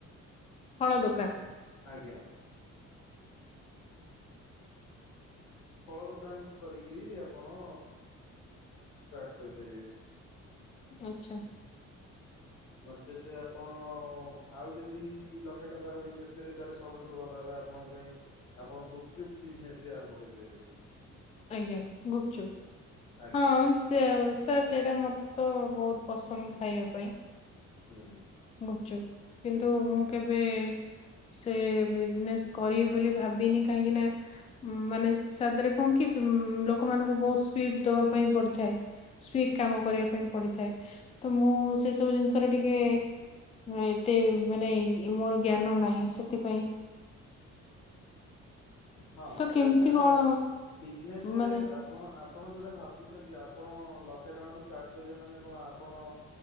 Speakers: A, on the left; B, on the left.
A: ଫଳ ଦୋକାନ?
B: ଆଜ୍ଞା। ଫଳ ଦୋକାନ କରିକିରି ଆପଣ ଷ୍ଟାର୍ଟ କରିପାରିବେ।
A: ଆଚ୍ଛା।
B: ନଚେତ ଆପଣ ଆଉ ଯଦି ଲକ୍ଷେ ଟଙ୍କାର ବିଜନେସ୍ କରିବେ ତାହେଲେ ସବୁଠାରୁ ଭଲ ହେଲା ଆପଣଙ୍କ ପାଇଁ ଆପଣ ଗୁପଚୁପ୍ ବିଜନେସ୍ ବି ଆରମ୍ଭ କରିପାରିବେ।
A: ଆଜ୍ଞା ଗୁପଚୁପ୍
B: ଆଜ୍ଞା
A: ହଁ ସେ ସାର୍ ସେଇଟା ମତେ ତ ବହୁତ ପସନ୍ଦ ଖାଇବା ପାଇଁ।
B: ହୁଁ।
A: ଗୁପଚୁପ କିନ୍ତୁ
B: ହୁଁ।
A: ମୁଁ କେବେ ସେ ବିଜନେସ୍ କରିବି ବୋଲି ଭାବିନି କାହିଁକି ନା ଉ ମାନେ ସାଧରେ କଣ କି ଲୋକମାନଙ୍କୁ ବହୁତ ସ୍ପିଡ ଦବା ପାଇଁ ପଡିଥାଏ ସ୍ପିଡ କାମ କରିବା ପାଇଁ ପଡିଥାଏ। ତ ମୁଁ ସେ ସବୁ ଜିନିଷରେ ଟିକେ ଏତେ ମାନେ ମୋର ଜ୍ଞାନ ନାହିଁ ସେଥିପାଇଁ।
B: ହଁ
A: ତ କେମିତି
B: ସେଇଟା
A: କଣ
B: ବିଜନେସ
A: ମାନେ
B: ଆପଣ ଆପଣ ଯୋଉଟା ଭାବୁ ଆପଣ ଲକ୍ଷେ ଟଙ୍କା ରୁ ଷ୍ଟାର୍ଟ କରିବେ ମାନେ କଣ ଆପଣ